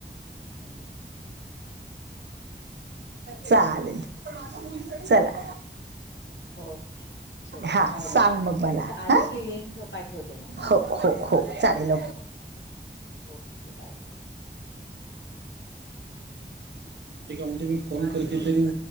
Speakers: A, on the left (about 80°); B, on the right (about 70°).
A: हम्म.
B: चालेल चला.
A: ओके चलो
B: हां
A: बाय
B: सांग
A: बाय
B: मग
A: मीस
B: मला
A: आली
B: हां
A: की लिंक पाठवते मग. हां.
B: हो हो हो चालेल.
A: Okay bye bye.
B: ते का म्हणते मी फन करते तरी.